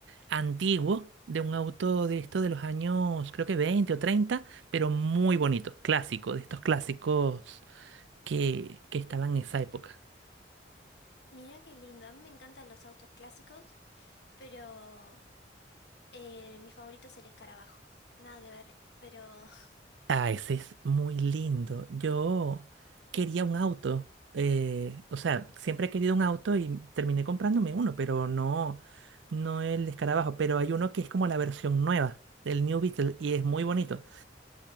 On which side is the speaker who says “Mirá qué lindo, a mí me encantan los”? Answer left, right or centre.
Left